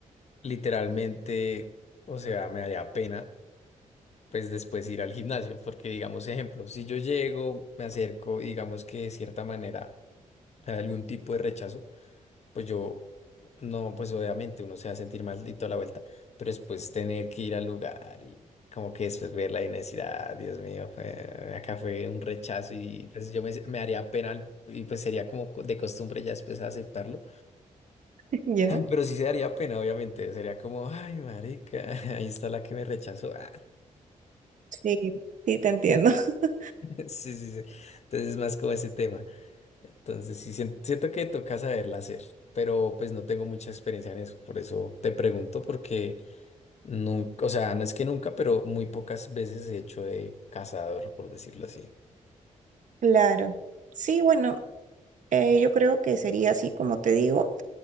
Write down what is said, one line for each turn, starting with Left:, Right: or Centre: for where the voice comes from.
Left: literalmente, o sea, me daría pena, pues después ir al gimnasio, porque digamos, ejemplo, si yo llego, me acerco, y digamos que de cierta manera hay algún tipo de rechazo, pues yo, no, pues obviamente uno se va a sentir mal y toda la vuelta, pero después tener que ir al lugar y como que después verla y no decir, ah, Dios mío, fue- acá fue un rechazo y pues yo me, me daría pena al- y pues sería como co- de costumbre ya después aceptarlo,
Right: <laughs>
Left: <clears throat>
Right: Ya.
Left: pero sí se daría pena, obviamente, sería como, ay, marica, <laughs> ahí está la que me rechazó, ah,
Right: Sí, sí, te entiendo. <laughs>
Left: <laughs> sí, sí, sí, entonces es más como ese tema, entonces sí, sien- siento que toca saberla hacer. Pero pues no tengo mucha experiencia en eso, por eso te pregunto, porque Nunca, o sea, no es que nunca, pero muy pocas veces he hecho de cazador, por decirlo así.
Right: Claro. Sí, bueno, eh, yo creo que sería así como te digo,